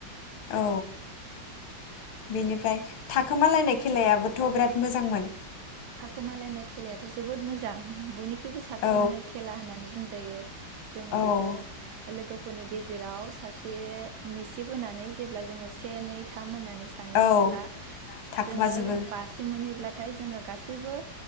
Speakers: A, on the left; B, on the right.
A: औ बेनिफ्राय थाखोमालायनाय खेलायाबोथ' बिराद मोजांमोन
B: थाखोमालायनाय खेलायाथ' जोबोद मोजां बयनिख्रुइबो साबसिननो
A: औ
B: खेला होननानै बुंजायो। जोङो
A: औ
B: बेखौ लोगो फोरनि गेजेराव सासे मिसिब होनानै जेब्ला जोङो से नै थाम होननानै सानगोन
A: औ
B: अब्ला
A: थाखुमाजोबो
B: जोङो बासे मोनहैब्ला नाथाय जोङो गासैबो